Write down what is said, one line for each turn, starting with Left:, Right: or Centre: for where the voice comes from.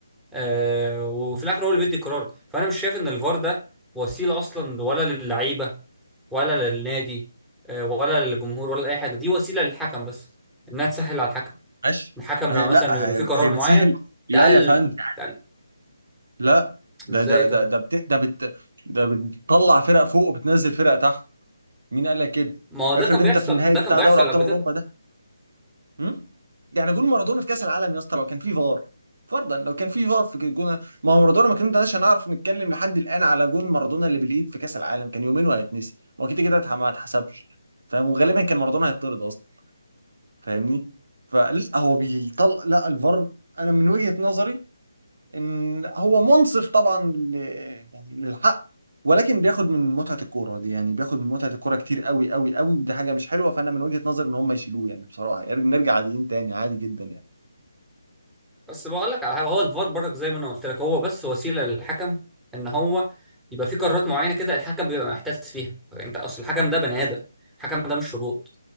Centre: آه وفي الاخر هو اللي بيدي القرار فانا مش شايف ان الفار ده وسيله اصلا ولا للعيبه ولا للنادي آه ولا للجمهور ولا اي حاجه دي وسيله للحكم بس انها تسهل على الحكم
Right: ماشي
Centre: الحكم
Right: ما
Centre: لما
Right: هي
Centre: مثلا
Right: لا
Centre: يبقى
Right: هي,
Centre: في قرار
Right: هي بتسهل
Centre: معين
Right: لا
Centre: تقلل
Right: يا فندم
Centre: تقلل
Right: لا ده
Centre: ازاي
Right: ده
Centre: طيب
Right: ده ده بت... ده بت... ده بتطلع فرق فوق وبتنزل فرق تحت مين قال لك كده
Centre: ما هو
Right: افرض
Centre: ده كان
Right: انت
Centre: بيحصل
Right: في نهاية
Centre: ده
Right: بتاع
Centre: كان بيحصل
Right: دوري ابطال
Centre: قبل
Right: اوروبا
Centre: كده
Right: هم؟ يعني جول مارادونا في كاس العالم يا اسطى لو كان في فار فرضا لو كان في فار في جول ما هو مارادونا ما كناش هنعرف نتكلم لحد الان على جول مارادونا اللي بالايد في كاس العالم كان يومين وهيتنسي هو كده كده اتح- ما اتحسبش فاهم وغالبا كان مارادونا هيطرد اصلا فاهمني فلا هو بيطلع لا الفار انا من وجهة نظري ان هو منصف طبعا ل... يعني للحق ولكن بياخد من متعة الكورة دي يعني بياخد من متعة الكورة كتير قوي قوي قوي دي حاجة مش حلوة فانا من وجهة نظري ان هم يشيلوه يعني بصراحة يعني نرجع عاديين تاني عادي جدا يعني
Centre: بس بقول لك على حاجه هو الفار برضك زي ما انا قلت لك هو بس وسيله للحكم ان هو يبقى في قرارات معينه كده الحكم بيبقى محتاس فيها انت اصل الحكم ده بني ادم الحكم ده مش روبوت